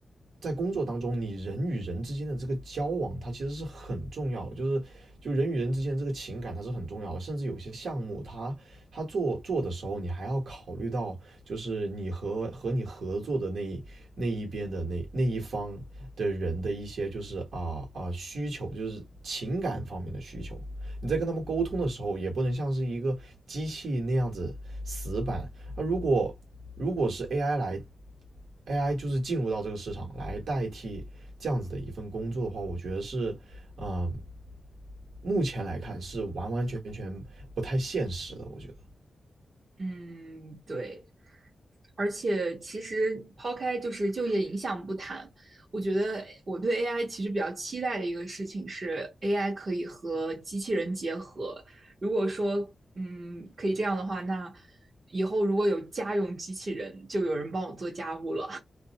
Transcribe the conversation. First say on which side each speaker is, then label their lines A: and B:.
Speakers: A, on the right; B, on the right.
A: 在工作当中你人与人之间的这个交往，它其实是很重要的，就是就人与人之间这个情感它是很重要的，甚至有些项目它他做做的时候，你还要考虑到，就是你和和你合作的那那一边的那那一方的人的一些，就是啊啊需求，就是情感方面的需求。你在跟他们沟通的时候，也不能像是一个机器那样子死板。那如果如果是 AI 来，AI 就是进入到这个市场来代替这样子的一份工作的话，我觉得是，嗯、呃目前来看是完完全全不太现实的，我觉得。
B: 嗯，对。而且其实抛开就是就业影响不谈，我觉得我对 AI 其实比较期待的一个事情是 AI 可以和机器人结合。如果说嗯可以这样的话，那以后如果有家用机器人，就有人帮我做家务了。